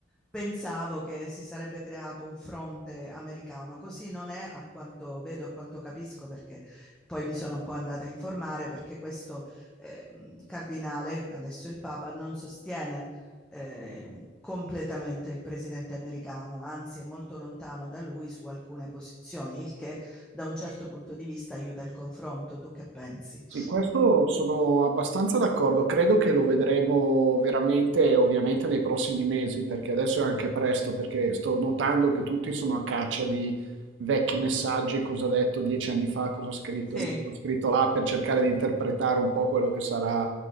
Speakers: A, in the centre; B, on the right.
A: pensavo che si sarebbe creato un fronte americano. Così non è, a quanto vedo, a quanto capisco, perché poi mi sono un po' andata a informare, perché questo ehm, cardinale, adesso il Papa, non sostiene eh, completamente il presidente americano, anzi è molto lontano da lui su alcune posizioni, il che da un certo punto di vista aiuta il confronto. Tu che pensi?
B: Sì, questo sono abbastanza d'accordo, credo che lo vedremo veramente, ovviamente, nei prossimi mesi, perché adesso è anche presto, perché sto notando che tutti sono a caccia di vecchi messaggi, cosa ha detto dieci anni fa, cosa ha scritto
A: Sì,
B: lì, cosa ha scritto là, per cercare di interpretare un po' quello che sarà,